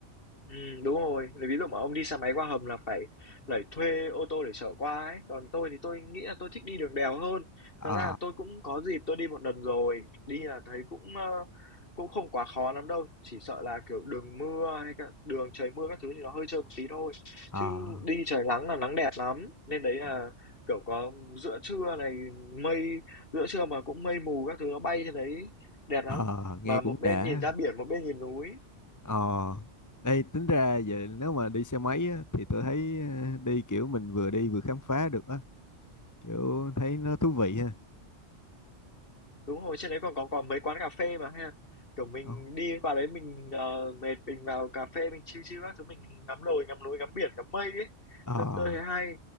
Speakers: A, on the left (about 50°); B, on the left (about 20°).
A: Ừ, đúng rồi. Lấy Ví dụ mà ông đi xe máy qua hầm là phải phải thuê ô tô để chở qua ấy. Còn tôi thì tôi nghĩ là tôi thích đi đường đèo hơn.
B: ờ
A: Thật ra là tôi cũng có dịp tôi đi một lần rồi. Đi là thấy cũng ờ, cũng không quá khó lắm đâu. Chỉ sợ là kiểu đường mưa hay cả đường trời mưa các thứ thì nó hơi trơn một tí thôi.
B: ờ
A: Chứ đi trời nắng là nắng đẹp lắm. Nên đấy là
B: ờ,
A: kiểu có giữa trưa này mây giữa trưa mà cũng mây mù các thứ nó bay trên đấy đẹp
B: ờ,
A: lắm.
B: nghe
A: Mà
B: cũng
A: một bên
B: đã
A: nhìn ra biển một bên nhìn núi.
B: Ờ, đây tính ra vậy nếu mà đi xe máy á, thì tôi thấy ờ, đi kiểu mình vừa đi vừa khám phá được á, kiểu thấy nó
A: Ừ.
B: thú vị ha.
A: đúng rồi trên đấy còn có còn mấy quán cà phê mà ha kiểu mình
B: Ờ,
A: đi qua đấy mình ờ, mệt mình vào cà phê mình chill chill các thứ mình ngắm đồi ngắm núi ngắm biển ngắm mây ấy
B: ờ,
A: thật tôi thấy hay